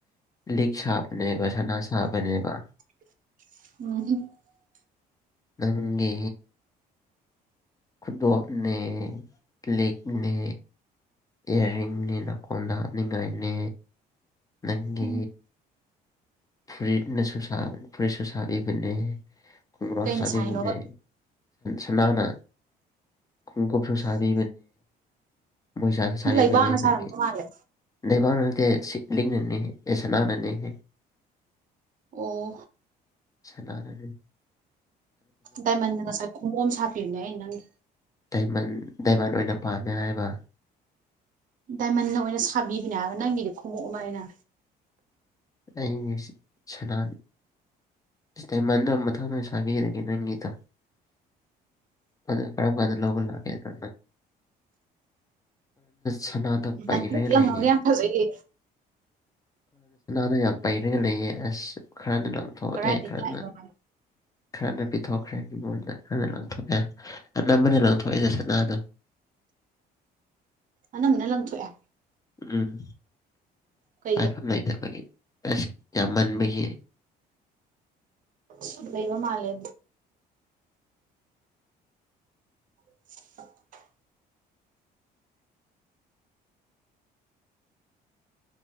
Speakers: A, on the left; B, on the right.
A: ꯂꯤꯛ ꯁꯥꯕꯅꯦꯕ ꯁꯅꯥ ꯁꯥꯕꯅꯦꯕ
B: <unintelligible>
A: ꯅꯪꯒꯦ ꯐꯨꯗꯒꯅꯦ ꯂꯛꯅꯦ ꯏꯌꯥꯔꯤꯡꯅꯤ ꯅꯀꯣꯟꯗ ꯍꯥꯠꯅꯤꯡꯉꯥꯏꯅꯤ ꯅꯪꯒꯤ
B: ꯎꯝ
A: ꯐꯨꯔꯤꯠꯅ ꯁ ꯐꯨꯔꯤꯠ ꯁ ꯁꯥꯥ ꯏꯕꯅ ꯈꯣꯡꯒ꯭ꯔꯥꯁ
B: ꯀꯩꯅ
A: ꯁꯥꯗꯤꯕꯨꯅꯦ
B: ꯁꯥꯏꯅꯣꯕ
A: ꯁꯅꯥꯅ ꯀꯨꯀꯨꯞꯞꯁꯨꯣꯁꯕꯤ ꯃꯣꯏꯁꯁꯕꯤ
B: ꯂꯩꯕꯥꯛꯅ
A: ꯄꯅꯦ ꯅꯪ
B: ꯁꯥꯔꯝꯗꯧ ꯃꯥꯜꯂꯦ
A: ꯗꯕ ꯁꯤꯂꯤꯅꯤ ꯑꯦꯁꯅꯥꯅꯤ ꯍ
B: ꯑꯣ
A: ꯆꯂꯔ
B: ꯗꯥꯏꯃꯟꯗ ꯉꯁꯥꯏ ꯈꯣꯡꯃꯣꯝ ꯁꯥꯄꯤꯌꯅꯦ ꯑꯩ ꯅꯪꯒꯤ
A: ꯗꯥ ꯗꯥꯏꯃꯟ ꯑꯣꯏꯅ ꯄꯥꯝꯃꯦ ꯍꯥꯏꯕ
B: ꯗꯥꯏꯃꯟꯅ ꯑꯣꯏꯅ ꯁꯥꯕꯤꯕꯅꯦ ꯍꯥꯏꯕ ꯅꯪꯒꯤꯗꯤ ꯈꯣꯡꯎꯞ ꯑꯃ ꯑꯣꯏꯅ
A: ꯑꯒꯤꯁ ꯆꯂ ꯇꯥꯏꯃꯟꯗ ꯃꯊꯪꯗꯣꯏ ꯁꯥꯕꯤꯔꯒꯦ ꯅꯣꯏꯒꯤꯗ ꯑꯗꯨ ꯀꯔꯝꯕ ꯑꯗꯨ ꯂꯧꯕ ꯂꯥꯛꯅ ꯀ ꯁꯅꯥꯗ ꯄꯥꯏꯔꯒ
B: ꯂꯪꯇ꯭ꯔꯤꯛ ꯂꯪꯉꯒ
A: ꯂꯩꯌꯦꯔꯅ
B: ꯌꯥꯝ ꯐꯖꯩꯌꯦ
A: ꯑ ꯌꯥꯝ ꯄꯩꯔꯒ ꯂꯩꯌꯦ ꯑꯁ ꯈꯔꯅ ꯂꯪꯊꯣꯛꯑꯦ
B: ꯀꯗꯥꯏꯗꯒꯤ
A: ꯈꯔꯅ
B: ꯂꯥꯛꯏꯕ ꯃꯥ
A: ꯈꯔꯅ ꯄꯤꯊꯣꯛꯈ꯭ꯔꯦ ꯃꯤꯉꯣꯟꯗ ꯈꯔꯅ ꯂꯪꯊꯣꯛꯑꯦ ꯑꯅꯝꯕꯅꯦ ꯂꯪꯊꯣꯛꯏꯗ ꯁꯅꯥꯗꯣ
B: ꯑꯅꯝꯕꯅ ꯂꯊꯣꯛꯑꯦ
A: ꯎꯝ
B: ꯀꯩꯒꯤ
A: ꯄꯥꯏꯐꯝ ꯂꯩꯇꯕꯒꯤ ꯑꯦꯁ ꯀ ꯃꯟꯕꯌꯦ
B: ꯁꯗꯩꯕ ꯃꯥꯂꯦ <unintelligible>